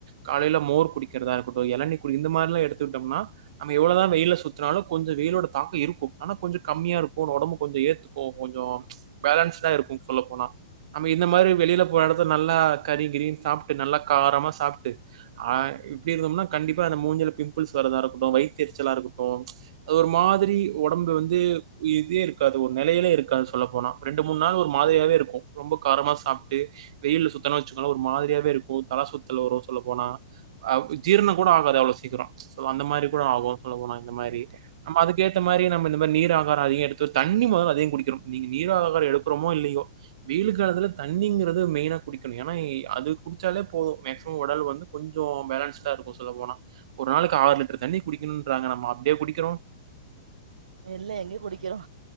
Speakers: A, on the right; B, on the right.
A: காலேல மோர் குடிக்கிறதா இருக்கட்டு எளநீர் குடி இந்த மாரிலா எடுத்துக்கிட்டோம்னா நம்ம எவ்ளதா வெயில்ல சுத்துனாலு கொஞ்சோ வெயிலோட தாக்கோ இருக்கு ஆனா கொஞ்சோ கம்மியா இருக்கு ஒடம்பு கொஞ்சோ ஏத்துக்கோ கொஞ்சோ பேலன்ஸ்டா இருக்கு சொல்ல போனா நம்ம இந்த மாரி வெளில போற எடத்துல நல்லா கறி கிரின்னு சாப்ட்டு நல்லா காரமா சாப்ட்டு ஆ இப்டி இருந்தோம்னா கண்டிப்பா இந்த மூஞ்சில பிம்பிள்ஸ் வரதா இருக்கட்டு வயித் எரிச்சலா இருக்கட்டு அது ஒரு மாதிரி ஒடம்பு வந்து இதே இருக்காது ஒரு நெலயிலே இருக்காது சொல்ல போனா ரெண்டு மூன் நாள் ஒரு மாதிரியாவே இருக்கு ரொம்ப காரமா சாப்ட்டு வெயில்ல சுத்துணோன் வச்சுக்கோங்க ஒரு மாதிரியாவே இருக்கு தல சுத்தல் வரு சொல்ல போனா ஆ ஜீரணோ கூட ஆகாது அவ்ளோ சீக்கிரோ சோ அந்த மாரி கூட ஆகு சொல்ல போனா அந்த மாரி
B: ரைட்டு
A: நம்ம அதுக்கேத்த மாரி நம்ம இந்த மாரி நீர் ஆகாரோ அதிகோ எடுத்து தண்ணி மொதல அதிகோ குடிக்கணு நீங்க நீர் ஆகாரோ எடுக்கறோமோ இல்லயோ வெயிலு காலத்துல தண்ணிங்றது மெயினா குடிக்கணு ஏன்னா அது குடிச்சாலே போது மக்சிமம் ஒடல் வந்து கொஞ்சோ பாலன்ஸ்டா இருக்கு சொல்ல போனா ஒரு நாளைக்கு ஆறு லிட்டர் தண்ணி குடிக்கணுன்றாங்க நம்ம அப்டியா குடிக்கிறோ
B: இல்ல எண்ணி குடிக்கிறோ